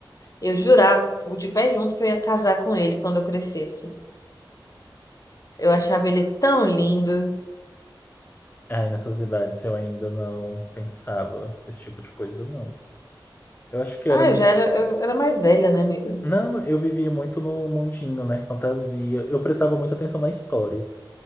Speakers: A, on the left; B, on the left.
A: eu jurava de pé junto que eu ia casar com ele quando eu crescesse. Eu achava ele tão lindo.
B: Ai, nessas idades eu ainda não pensava esse tipo de coisa, não. Eu acho que
A: Ah,
B: era. mu-
A: eu já era, eu era mais velha, né, amiga?
B: Não, eu vivia muito no mundinho, né? Fantasia. Eu prestava muita atenção na história.